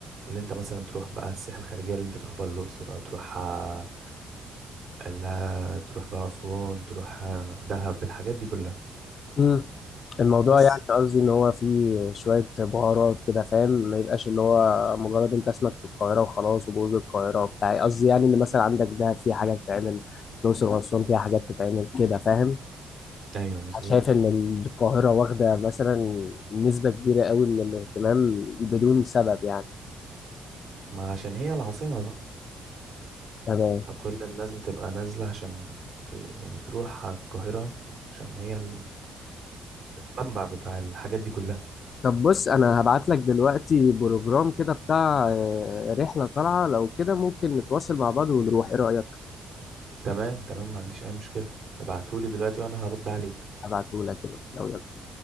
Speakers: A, on the right; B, on the left.
A: اللي انت مثلا تروح بقى السياحة الخارجية اللي انت تروح بقى الأقصر أو تروح آه، لا تروح بقى أسوان تروح آه، دهب الحاجات دي كلها
B: مم. الموضوع
A: بس
B: يعني قصدي ان هو فيه شوية بهارات كده فاهم ما يبقاش اللي هو مجرد انت اسمك في القاهرة وخلاص وبرج القاهرة وبتاع قصدي يعني ان مثلا عندك دهب فيها حاجات تتعمل الأقصر وأسوان فيها حاجات تتعمل كده فاهم
A: ايوه مظبوط
B: شايف ان القاهرة واخدة مثلا نسبة كبيرة قوي من الاهتمام بدون سبب يعني
A: ما عشان هي العاصمة بقى
B: تمام
A: فكل الناس بتبقى نازلة عشان ت... يعني تروح على القاهرة عشان هي ال- المنبع بتاع الحاجات دي كلها
B: طب بص انا هبعت لك دلوقتي بروجرام كده بتاع آه، رحلة طالعة لو كده ممكن نتواصل مع بعض ونروح ايه رأيك
A: تمام تمام ما عنديش اي مشكلة ابعتهولي دلوقتي وانا هرد عليك
B: هبعته لك دلوقتي أو يلا.